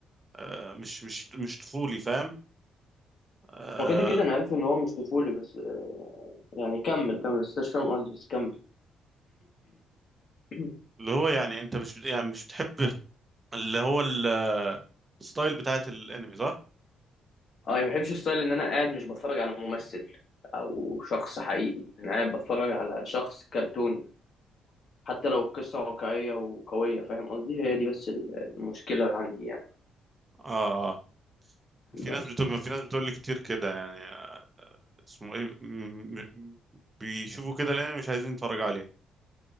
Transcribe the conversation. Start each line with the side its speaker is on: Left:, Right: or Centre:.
Right: آه، مش مش مش طفولي فاهم آه،
Left: وكده كده انا عارف ان هو مش طفولي بس آه، يعني كمل كمل بس أنت مش فاهم قصدي بس كمل <clears throat>
Right: اللي هو يعني انت مش بت- يعني مش بتحب اللي هو ال- آه، الستايل بتاعت الانمي صح؟
Left: اه يعني ما بحبش ستايل ان انا قاعد مش بتفرج على ممثل او شخص حقيقي انا قاعد بتفرج على شخص كرتوني حتى لو القصة واقعية وقوية فاهم قصدي هي دي بس المشكلة عندي يعني
Right: اه اه في
Left: بس
Right: ناس بتقول في ناس بتقول لي كتير كده يعني آه، اسمه ايه م- م- بيشوفوا كده الانمي مش عايزين يتفرجوا عليه